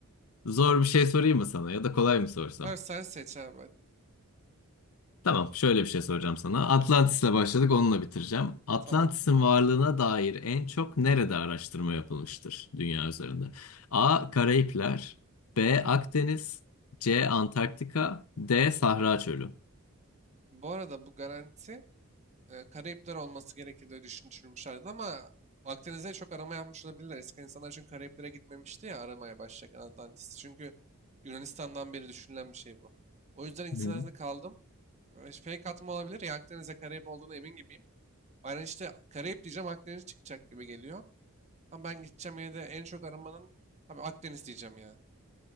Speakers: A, on the left (about 80°); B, on the right (about 30°).
A: Zor bir şey sorayım mı sana ya da kolay mı sorsam?
B: Abi sen seç abi hadi.
A: Tamam, şöyle bir şey soracağım sana. Atlantis'le başladık, onunla bitireceğim. Atlantis'in
B: Tamam.
A: varlığına dair en çok nerede araştırma yapılmıştır dünya üzerinde? A. Karayipler B. Akdeniz C. Antarktika D. Sahra Çölü
B: Bu arada bu garanti e, Karayipler olması gerekir diye düşünmüşlerdi ama Akdeniz'de çok arama yapmış olabilirler. Eski insanlar çünkü Karayiplere gitmemişti ya aramaya başlarken Atlantis Çünkü Yunanistan'dan beri düşünülen bir şey bu. O yüzden ikisinin
A: Hı.
B: arasında kaldım. E, Fake atma olabilir ya Akdeniz'de Karayip olduğuna emin gibiyim. Aynen işte Karayip diyeceğim Akdeniz çıkacak gibi geliyor. Ama ben gideceğim yine de en çok aramanın tabii Akdeniz diyeceğim ya.